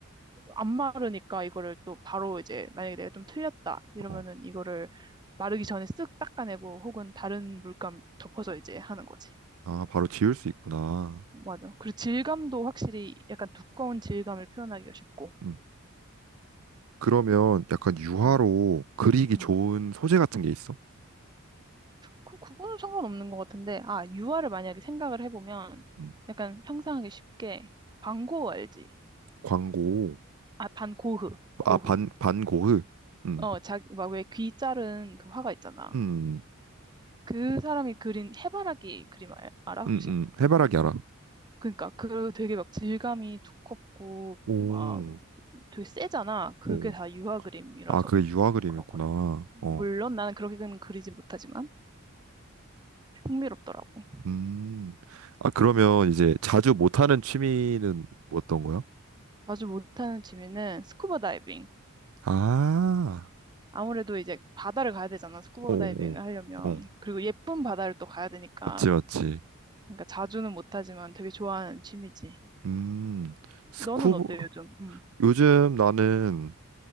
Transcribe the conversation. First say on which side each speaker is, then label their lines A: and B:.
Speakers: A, on the right (about 20°); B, on the right (about 75°).
A: 안 마르니까 이거를 또 바로 이제 만약에 내가 좀 틀렸다 이러면은
B: 어.
A: 이거를 마르기 전에 쓱 닦아내고 혹은 다른 물감 덮어서 이제 하는 거지.
B: 아, 바로 지울 수 있구나.
A: 맞아. 그리고 질감도 확실히 약간 두꺼운 질감을 표현하기가 쉽고.
B: 음. 그러면 약간 유화로
A: 음,
B: 그리기
A: 음.
B: 좋은 소재 같은 게 있어?
A: 그, 그거는 상관없는 것 같은데, 아, 유화를 만약에 생각을 해보면
B: 음.
A: 약간 상상하기 쉽게 반고흐 알지?
B: 광고,
A: 아, 반고흐. 고흐.
B: 아, 반, 반고흐. 음,
A: 어, 자, 막왜 귀 자른 그 화가 있잖아.
B: 음,
A: 그 사람이 그린 해바라기 그림 알, 알아, 혹시?
B: 음, 음. 해바라기 알아.
A: 그러니까 그 되게 막 질감이 두껍고
B: 오,
A: 막 되게 세잖아. 그게
B: 오.
A: 다 유화 그림이라서
B: 아, 그게 유화 그림이었구나.
A: 그런 거래. 물론
B: 어,
A: 나는 그렇게는 그리지 못하지만 흥미롭더라고.
B: 음. 아, 그러면 이제 자주 못하는
A: 음.
B: 취미는 뭐 어떤 거야?
A: 자주 못하는 취미는 스쿠버 다이빙.
B: 아,
A: 아무래도 이제 바다를 가야 되잖아, 스쿠버
B: 오, 오,
A: 다이빙을 하려면.
B: 오.
A: 그리고 예쁜 바다를 또 가야 되니까.
B: 맞지, 맞지.
A: 그러니까 자주는 못하지만 되게 좋아하는 취미지.
B: 음, 스쿠버,
A: 너는 어때, 요즘? 음.
B: 요즘 나는